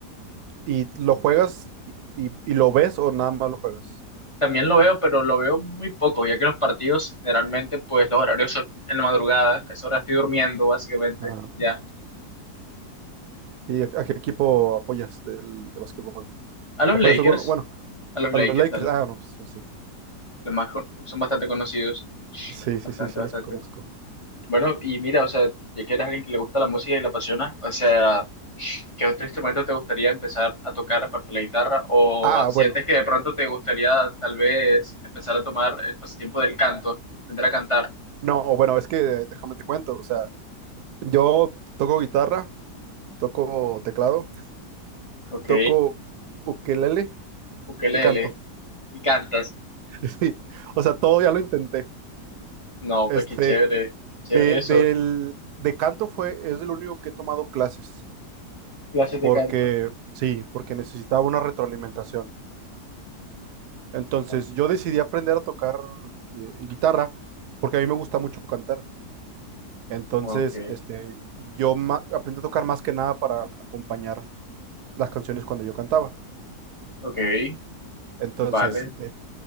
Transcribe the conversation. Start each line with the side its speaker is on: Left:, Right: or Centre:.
Right: ¿Y lo juegas y, y- y lo ves o nada más lo juegas?
Left: También lo veo, pero lo veo muy poco, ya que los partidos generalmente pues los horarios son en la madrugada, a esa hora estoy durmiendo básicamente,
Right: Ah,
Left: ya.
Right: ¿y a, a qué equipo apoyas del, de básquetbol?
Left: A los
Right: ¿Apoyas
Left: Lakers,
Right: alguno? Bueno,
Left: a los
Right: a
Left: Lakers,
Right: los Lakers.
Left: a los,
Right: Ah, no, pues pues sí.
Left: los más, con- son bastante conocidos,
Right: Sí, sí,
Left: bastante,
Right: sí, sí,
Left: bastante.
Right: los conozco.
Left: Bueno, y mira, o sea, ya que eres alguien que le gusta la música y la apasiona, o sea, ¿qué otro instrumento te gustaría empezar a tocar aparte de la guitarra? ¿O
Right: Ah,
Left: sientes
Right: bueno.
Left: que de pronto te gustaría tal vez empezar a tomar el pasatiempo del canto, aprender a cantar?
Right: No, bueno, es que déjame te cuento. O sea, yo toco guitarra, toco teclado,
Left: Ok,
Right: toco ukelele
Left: ukelele,
Right: y canto.
Left: ¿y cantas?
Right: <laughs> Sí. O sea, todo ya lo intenté.
Left: No,
Right: Este,
Left: pues qué chévere, chévere
Right: de,
Left: eso,
Right: del, de canto fue, es el único que he tomado clases.
Left: clases de
Right: porque
Left: canto.
Right: sí, porque necesitaba una retroalimentación. Entonces
Left: ¿no?
Right: yo decidí aprender a tocar eh, guitarra porque a mí me gusta mucho cantar. Entonces,
Left: Ok,
Right: este, yo ma- aprendí a tocar más que nada para acompañar las canciones cuando yo cantaba.
Left: ok,
Right: Entonces,
Left: vale,
Right: eh,